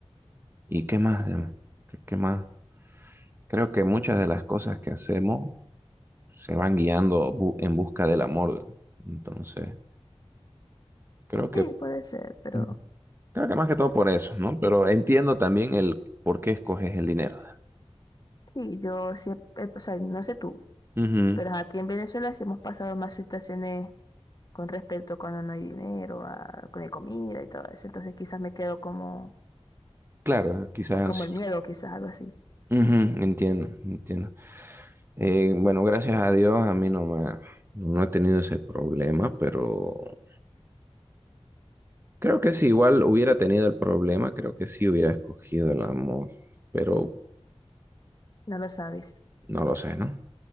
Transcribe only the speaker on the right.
¿y qué más? ¿Qué qué más? Creo que muchas de las cosas que hacemos se van guiando bu- en busca del amor. ¿no? Entonces, creo que,
Mm. creo que más que todo por eso, ¿no? Pero entiendo también el por qué escoges el dinero.
Ujú.
Claro, quizás
sí.
Ujú, Entiendo, entiendo. Eh, bueno, gracias a Dios a mí no me, no he tenido ese problema, pero creo que si igual hubiera tenido el problema, creo que sí hubiera escogido el amor, pero
no lo sé, ¿no?